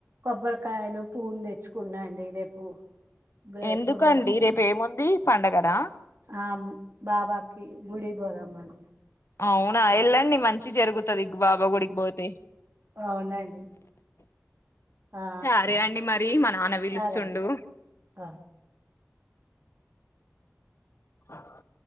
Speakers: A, on the right (about 50°); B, on the left (about 60°).
A: కొబ్బరికాయలు పూలు తెచ్చుకున్నాండి రేపు గు
B: ఎందుకండి
A: గురువారం
B: రేపు ఏముంది పండగ నా
A: ఆమ్ బాబా గుడికి పోదాం మనము
B: అవునా వెళ్ళండి మంచి జరుగుతది బాబా గుడికి పోతే
A: అవునండి ఆ
B: సరే అండి మరి మా నాన్న పిలుస్తుండు
A: సరే అండి. ఆ
B: డోర్ సౌండ్